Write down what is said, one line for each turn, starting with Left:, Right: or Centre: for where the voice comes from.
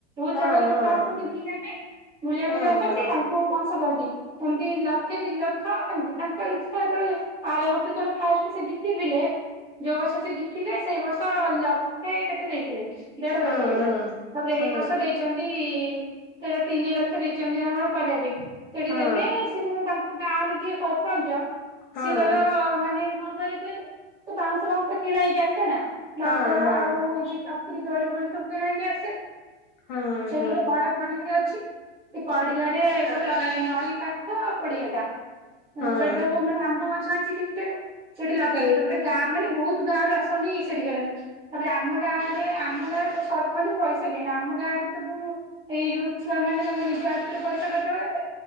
Left: ହଁ
Right: <unintelligible> ଲୋକ
Left: ହଁ ହଁ।
Right: ଆସନ୍ତି ବୁଲିଆ ପାଇଁ, ବୁଲିବାକୁ
Left: ହଁ
Right: ଯେ ଆସନ୍ତି,
Left: ହଁ
Right: ତାଙ୍କୁ ପଇସା ଦିଅନ୍ତି। ଏମିତି ଲକ୍ଷେ ଦି ଲକ୍ଷ ଏମିତି। ତାଙ୍କ, ଇଚ୍ଛା ଯେତେବେଳେ ଯେ ଆରବର୍ଷ ଯେତେବେଳେ ଫାଷ୍ଟ ସେ ଜତିଥିଲେ! ଯୋଉ ବର୍ଷ ସେ ଜିତିଲେ, ସେଇ ବର୍ଷ ଲକ୍ଷେ କେତେ ଦେଇଥିଲେ। ଦେଢ
Left: ହଁ
Right: ଲକ୍ଷ ବାଗିଆ। ତା'ପରେ
Left: ହଁ।
Right: ଏଇବଷ ଦେଇଛନ୍ତି-ଇ ସେଇଟା, ତିନି ଲକ୍ଷ ଦେଇଛନ୍ତି ନା କଣ କରିବା ପାଇଁ? ସେଠି
Left: ହଁ ହଁ ହଁ
Right: ଦେଲେ ସେମାନେ ତାଙ୍କ ଆମ, ଗାଁର ଯିଏ ସରପଞ୍ଚ,
Left: ହଁ
Right: ସିଏ ତାର
Left: ହଁ
Right: ମାନେ କଣ କରେ କୁହେନି? ସେ ବାଉଁଶ ଫାଉଁଶ କିଣା ହେଇକି ଆସେନା, ବାଉଁଶ
Left: ହଁ ହଁ।
Right: ଆଉ <unintelligible> କିରି ଦୋଳି ଫୋଳି ସବୁ କିଣା ହେଇକି ଆସେ।
Left: ହଁ ହଁ ହଁ
Right: ସେଇଠି
Left: ହଁ ହଁ
Right: ଗୋଟେ ବଡ ପଡିଆଡ଼େ ଅଛି। ସେ ପଡିଆ ରେ ସବୁ ଲଗା <inaudible> ନଈ ପାଖ୍ ହଁ, ପଡିିଆ ଟା।
Left: ହଁ
Right: ସେଇଠି ତ ମ-ମାନେ ଆମ୍ବଗଛ ଅଛି ତିନ ଚାର ଟା। ସେଠି ଲଗା ହୁଏ। ତା'ପରେ ଗାଁ ମାନେ ବହୁତ ଗାଁ ରୁ ଆସନ୍ତି, ସେଠି ଖେଳା ହୁଏ। ତା'ପରେ ଆମ ଗାଁରେ, ଆମ ଗାଁରେ ସରପଞ୍ଚ ପଇସା ଦିଏନା। ଆମ ଗାଁ ରେ ସବୁ, ଏଇ ଯୋଉ ଛୁଆ ମାନେ ତାଙ୍କ ନିଜ ହାତରୁ ପଇସା ଖର୍ଚ୍ଚ କରନ୍ତି।